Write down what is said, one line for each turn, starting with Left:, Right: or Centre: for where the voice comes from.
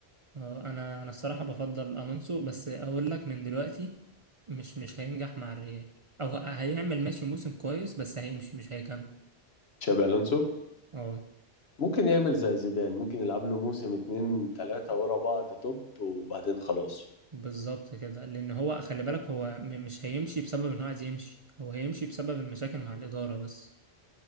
Right: اه انا انا الصراحه بفضل الونسو بس اقول لك من دلوقتي مش مش هينجح مع الريال او ه- هيعمل ماشي موسم كويس بس هيمشي مش هيكمل
Left: تشابي ألونسو
Right: اه
Left: ممكن يعمل زي زيدان ممكن يلعب له موسم اتنين تلاتة ورا بعض توب وبعدين خلاص
Right: بالظبط كده لان هو خلي بالك هو م- مش هيمشي بسبب ان هو عايز يمشي هو هيمشي بسبب المشاكل مع الاداره بس